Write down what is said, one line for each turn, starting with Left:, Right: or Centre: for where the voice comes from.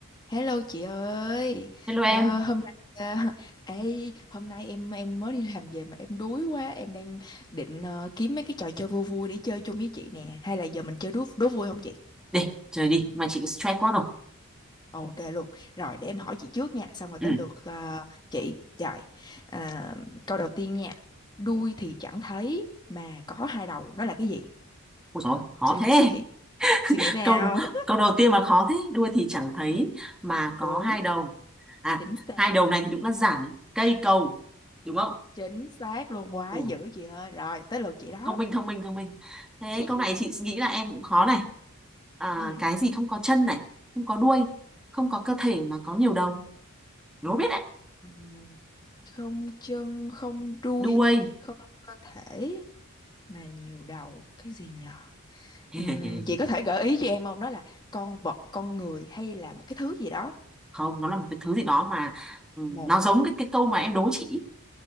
Left: Hello chị ơi,
Centre: Hello em,
Left: Ờ, hôm nay à, <laughs> ê, hôm nay em em mới đi làm về mà em đuối quá, em đang định ờ, kiếm mấy cái trò chơi vui vui để chơi chung với chị nè, hay là giờ mình chơi đố đố vui không chị?
Centre: để chơi đi, mà chị stress quá rồi.
Left: Ok luôn, rồi để em hỏi chị trước nha, xong rồi
Centre: Ừ,
Left: tới lượt ờ, chị. Rồi, à, câu đầu tiên nha, đuôi thì chẳng thấy mà có hai đầu, nó là cái gì?
Centre: ôi dồi, khó
Left: Suy nghĩ
Centre: thế.
Left: suy nghĩ, suy nghĩ nào?
Centre: Câu
Left: <laughs>
Centre: câu đầu tiên mà khó thế, đuôi thì chẳng thấy mà có
Left: Đúng,
Centre: hai đầu. À,
Left: chính xác,
Centre: hai đầu này thì đúng là giản cây cầu, đúng không?
Left: chính xác luôn, quá
Centre: Ồ,
Left: dữ chị ơi, rồi tới lượt chị đó.
Centre: thông minh thông minh thông minh. Thế
Left: <laughs>
Centre: câu này chị nghĩ là em cũng khó này. À,
Left: Ừ.
Centre: cái gì không có chân này, không có đuôi, không có cơ thể mà có nhiều đầu. Đố biết đấy,
Left: Ừm, không chân không đuôi
Centre: đuôi.
Left: không cơ thể mà nhiều đầu cái gì nhở
Centre: <laughs>
Left: Ừm, chị có thể gợi ý cho em không đó là con vật con người hay là một cái thứ gì đó
Centre: Không, nó là một cái thứ gì đó mà ừ,
Left: một
Centre: nó giống cái cái câu mà em đố chị.